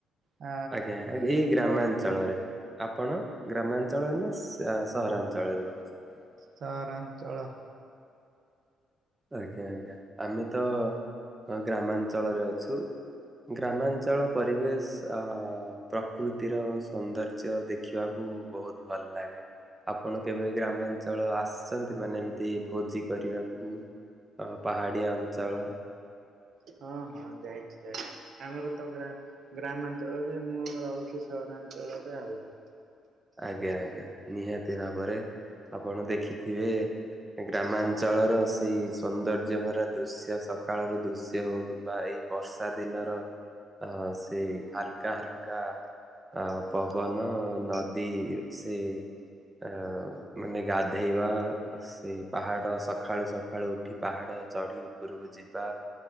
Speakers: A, on the right; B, on the right.
A: ଆ
B: ଆଜ୍ଞା ଏଇ ଗ୍ରାମାଞ୍ଚଳରେ।
A: ବ ବ
B: ଆପଣ ଗ୍ରାମାଞ୍ଚଳରେ ନା ସ-ସହରାଞ୍ଚଳରେ ରହୁଚନ୍ତି?
A: ସହରାଞ୍ଚଳ।
B: ଆଜ୍ଞା ଆଜ୍ଞା ଆମେ ତ ଗ୍ରାମାଞ୍ଚଳରେ ଅଛୁ। ଗ୍ରାମାଞ୍ଚଳ ପରିବେଶ୍ ପ୍ରକୃତିର ସୌନ୍ଦ ର୍ଯ୍ୟ ଦେଖିବାକୁ ବୋହୁତ ଭଲ ଲାଗେ। ଆପଣ କେବେ ଗ୍ରାମାଞ୍ଚଳ ଆସିଚନ୍ତି ମାନେ ଏମତି ଭୋଜି କରିବାକୁ ଆ ପାହାଡିଆ ଅଞ୍ଚଳ।
A: ହଁ ହଁ ଯାଇଚି ଯାଇଚି ଆମର ତ ଗ୍ରାମାଞ୍ଚଳରେ ମୁଁ ରହୁଚି ସହରାଞ୍ଚଳରେ ଆଉ।
B: ଆଜ୍ଞା ଆଜ୍ଞା ନିହାତି ଭାବରେ ଆପଣ ଦେଖିଥିବେ। ଏ ଗ୍ରାମାଞ୍ଚଳର ସେଇ ସୌନ୍ଦର୍ଯ୍ୟ ଭରା ଦୃଶ୍ୟ ସକାଳର ଦୃଶ୍ୟ ହୋଉ କିମ୍ବା ଏଇ ବର୍ଷା ଦିନର ଅ ସେ ହାଲକା ହାଲକା ଆଉ ପବନ ନଦୀ ସେ ଆ ମାନେ ଗାଧେଇବା ସେ ପାହାଡ ସଖାଳୁ ସକାଳୁ ଉଠି ପାହାଡ଼ ଚଢି ଉପୁରୁକୁ ଯିବା